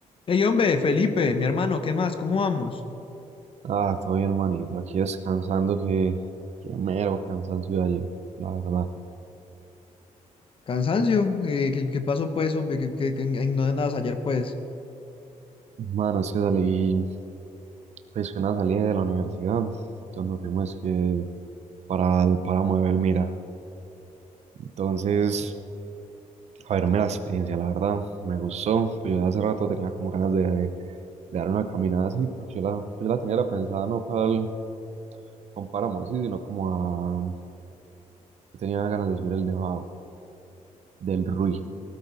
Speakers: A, on the left (about 40°); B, on the right (about 55°).
A: Hey, hombre, Felipe, mi hermano, ¿qué más? ¿Cómo vamos?
B: Ah, todo bien, manito. Aquí descansando, que, que mero cansancio de ayer, la verdad.
A: Cansancio, eh, ¿qué, qué pasó pues, hombre? ¿Qué, qué- qué- en, en dónde andabas ayer pues?
B: Mano, es que salí, pues que una salida de la universidad. Entonces nos fuimos que para el páramo de Belmira. Entonces, a verme la experiencia, la verdad, me gustó. Pues yo hace rato tenía como ganas de, de dar una caminada así, porque yo la, yo la tenía era pensada no para el- a un páramo así, sino como a... Yo tenía ganas de subir el nevado del Ruiz.